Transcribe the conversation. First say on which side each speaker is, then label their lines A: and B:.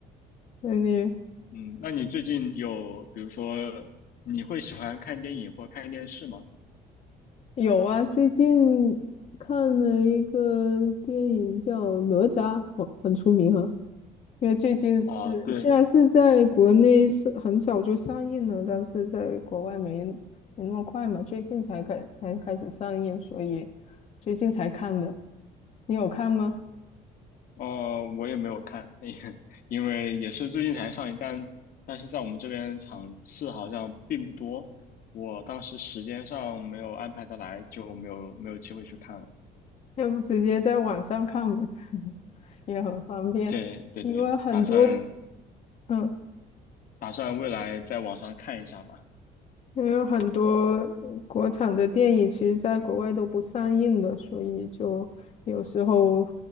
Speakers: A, on the left; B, on the left.
A: 那你
B: 嗯，那你最近有，比如说，你会喜欢看电影或看电视吗？
A: 有啊，最近看了一个电影叫《哪吒》，很很出名啊。因为最近是虽然是在国内是很早就上映了，
B: 啊，对，
A: 但是在国外没没那么快嘛，最近才开才开始上映，所以最近才看的。你有看吗？
B: 呃，我也没有看，<laughs> 因为也是最近才上映，但但是在我们这边场次好像并不多，我当时时间上没有安排得来，就没有没有机会去看了。
A: 要不直接在网上看吧，<laughs> 也很方便，
B: 对对对，
A: 因为很多
B: 打算
A: 嗯。
B: 打算未来在网上看一下吧。
A: 因为很多呃国产的电影其实在国外都不上映的，所以就有时候